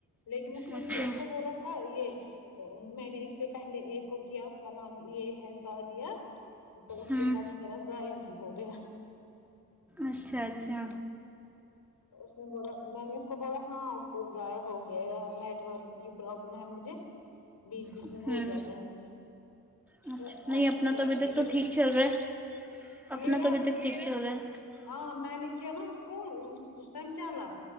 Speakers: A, on the left (about 85°); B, in the centre.
A: لیکن اس نے
B: اچھا
A: پھر اس کو بولا تھا یہ میں نے اس سے پہلے ایک کو کیا اس کا نام یہ ہے س دیا تو اس
B: ہوں
A: کے ساتھ میرا ضائع ہی ہو گیا
B: اچھا اچھا
A: اس نے بولا میں نے اس کو بولا ہاں اس کو ضائع ہو گیا نیٹ ورک کی پرابلم ہے مجھے بیچ بیچ
B: ہوں
A: میں ہو جاتا ہے مجھے
B: اچھا
A: اس
B: نہیں اپنا
A: کو ضائع
B: تو ابھی
A: ہو
B: تک
A: گیا
B: تو ٹھیک چل رہا ہے اپنا
A: میرا
B: تو ابھی تک ٹھیک چل رہا ہے
A: ہاں میں نے کیا نا اس کو اس ٹائم چلا